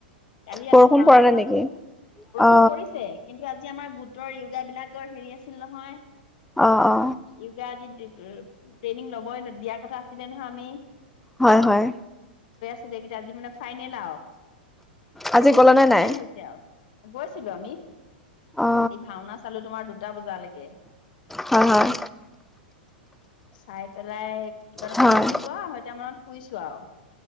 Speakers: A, on the left; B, in the centre.
A: কালি ৰাতি
B: বৰষুণ
A: ভাওনা
B: পৰা নাই
A: চালো,
B: নেকি
A: বৰষুণ
B: অ
A: পৰিছে, কিন্তু আজি আমাৰ গোটৰ ইউজাৰ বিলাকৰ হেৰি আছ আছিল নহয়।
B: অ অ
A: ইউগা <unintelligible> উম, ট্ৰেইনিং ল'বই, দিয়া কথা আছিলে নহয় আমি।
B: হয়-হয়।
A: গোটেইকেইটা, আজি মানে ফাইনেল আৰু। তেনেকুৱা
B: আজি গ'লানে
A: নিচিনাই
B: নাই
A: হৈছে আৰু। গৈছিলো আমি।
B: অ
A: এই ভাওনা চালো তোমাৰ দুট দুটা বজালৈকে।
B: হয় হয়
A: চাই পেলাই কিমান
B: হয়
A: মাননো শুলা আঢ়ৈৰতা মানত শুইছোঁ আৰু।